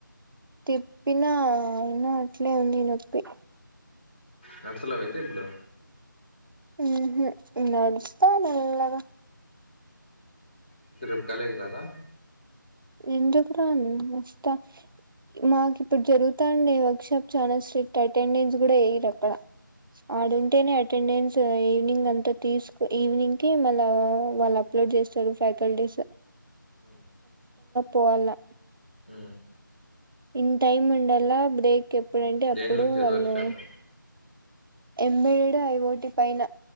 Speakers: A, on the right (about 80°); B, on the left (about 30°).
A: తిప్పినా అయినా అట్లే ఉంది నొప్పి,
B: నడుచుకుంటూ పోతావా ఇప్పుడు
A: ఉహు నడుస్తా మెల్లగా
B: అయితే రేపు కాలేజీ కి రా రా
A: ఎందుకు రాను వస్తా, మాకు ఇప్పుడు జరుగుతాంది, ఎక్సెట్రా, అస్ట్రెట్ అటెండెన్స్ కూడా వేయాదట, ఆడుంటేనే అటెండెన్స్ ఈవినింగ్ అంతా తీసుకు ఈవినింగ్ కి మళ్ళ వాళ్ళ అప్లోడ్ చేస్తాది ఫైవ్టెన్ డేస్ లో
B: ఉ
A: పోవాల
B: ఉ
A: ఇన్ టైం ఉండలా బ్రేక్ ఎప్పుడంటే అప్పుడు
B: దేని గురించి
A: వాళ్ళు
B: అది వర్క్ షాప్
A: ఎమ్మెల్యేడు ఐ ఓటి పైన